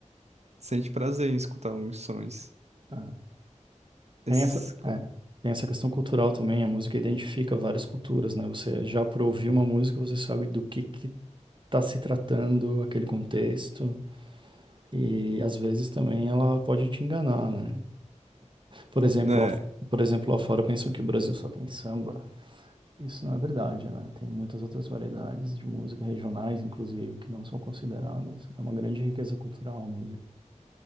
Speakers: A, on the right (about 60°); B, on the right (about 40°).
A: sente prazer em escutar os sons.
B: né?
A: Esses,
B: Tem essa,
A: com-
B: é, tem essa questão cultural também, a música identifica várias culturas, né? Você já por ouvir uma música, você sabe do que que tá se tratando aquele contexto, e às vezes também ela pode te enganar, né? Por exemplo,
A: né?
B: lá, por exemplo, lá fora pensam que o Brasil só tem samba. Isso não é verdade, né? Tem muitas outras variedades de música regionais, inclusive, que não são consideradas. É uma grande riqueza cultural a música.